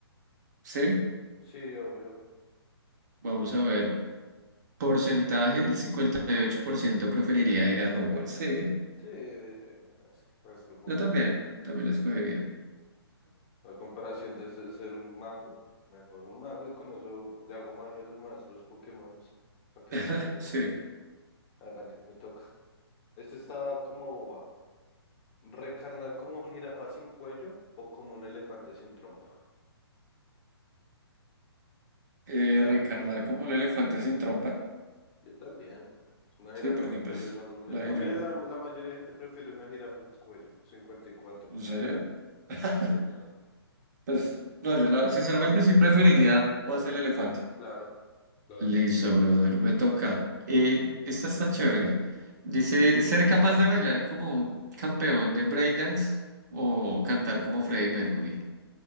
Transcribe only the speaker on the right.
Sí,
vamos a ver. Porcentaje, el 58% preferiría ir a Hogwarts. Sí,
yo también, también
lo escogería.
<laughs>
Sí,
eh, reencarnar como un elefante sin trompa.
Sí,
porque
pues
la jirafa.
¿En serio? <laughs>
Pues, no, yo la- sinceramente sí preferiría más el elefante.
Listo, brother, me toca. Eh, esta está chévere, mira. Dice, ¿ser capaz de bailar como un campeón de breakdance o cantar como Freddie Mercury?